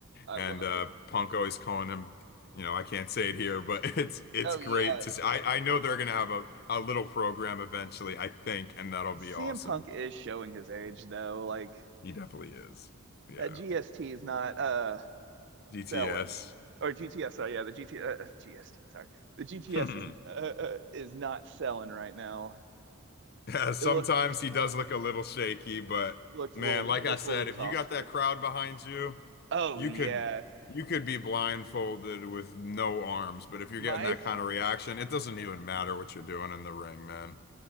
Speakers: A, on the right; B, on the left.
A: I
B: and
A: love
B: uh
A: it.
B: Punk always calling him, you know, I can't say it here, but <laughs> it's it's
A: Oh
B: great
A: yeah,
B: to see. I I know they're gonna have a a little program eventually, I think, and that'll
A: CM
B: be awesome.
A: Punk is showing his age though. Like
B: He definitely is. Yeah.
A: that GST is not uh
B: DTS.
A: selling, or GTS. Sorry, yeah, the GT uh, GST. Sorry, the GTS
B: <laughs>
A: is uh, uh, is not selling right now.
B: <laughs> Yeah, sometimes
A: It look
B: he does look a little shaky, but
A: looks
B: man,
A: a little. He
B: like
A: looks
B: I said,
A: a little exhausted.
B: if you got that crowd behind you,
A: Oh
B: you
A: yeah,
B: could you could be blindfolded with no arms, but if you're
A: my.
B: getting that kind of reaction, it doesn't even matter what you're doing in the ring, man.